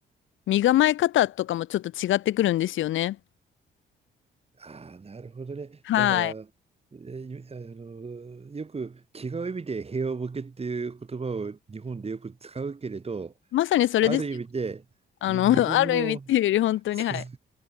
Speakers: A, on the left (about 75°); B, on the right (about 30°).
A: 身構え方とかもちょっと違ってくるんですよね。
B: ああ、なるほどね。
A: はい。
B: だから、えーあの、よく違う意味で平和ボケっていう言葉を日本でよく使うけれど、
A: まさにそれですよ。
B: ある意味でに日本の
A: あの、<laughs> ある意味っていうより本当に、
B: そう
A: はい。